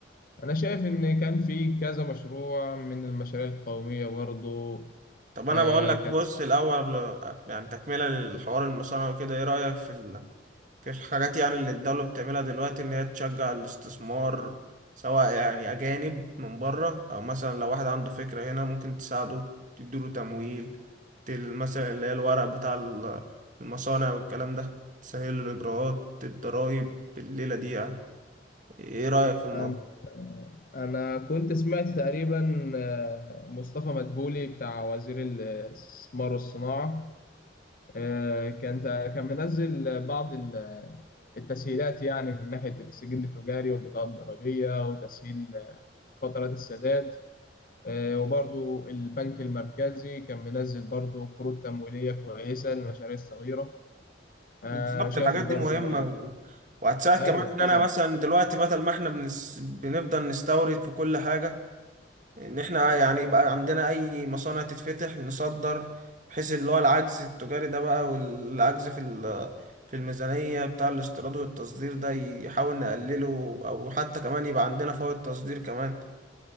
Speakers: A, on the left (about 50°); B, on the right (about 45°).
A: أنا شايف إن كان في كذا مشروع من المشاريع القومية برضو
B: طب انا
A: آه،
B: بقول لك
A: كانت
B: بص الاول قبل- يعني تكملة للحوار المصانع وكده ايه رأيك في في الحاجات يعني اللي الدولة بتعملها دلوقتي إن هي تشجع الاستثمار سواء يعني أجانب من بره أو مثلا لو واحد عنده فكرة هنا ممكن تساعده تديله تمويل تل- مثلا اللي هي الورق بتاع ال- المصانع والكلام ده تسهل له الإجراءات الضرايب الليلة دي يعني إيه رأيك في الموضوع؟
A: أنا أنا كنت سمعت تقريبا آه، مصطفى مدبولي بتاع وزير الاستثمار والصناعة آه، كان كان منزل بعض ال- التسهيلات يعني من ناحية السجل التجاري والبطاقة الضريبية وتسهيل آه، فترات السداد آه، وبرضو البنك المركزي كان منزل برضو قروض تمويلية كويسة للمشاريع الصغيرة آه،
B: بالظبط
A: أنا شايف
B: الحاجات
A: برضو
B: دي مهمة و... وهتساعد
A: أيوه
B: كمان إن أنا
A: طبعا
B: مثلا دلوقتي بدل ما إحنا بنس... بنفضل نستورد في كل حاجة ان احنا يعني يبقى عندنا اي مصانع تتفتح نصدر بحيث اللي هو العجز التجاري ده بقى والعجز في ال- في الميزانية بتاع الاستيراد والتصدير ده يحاول نقلله او حتى كمان يبقى عندنا فوائد تصدير كمان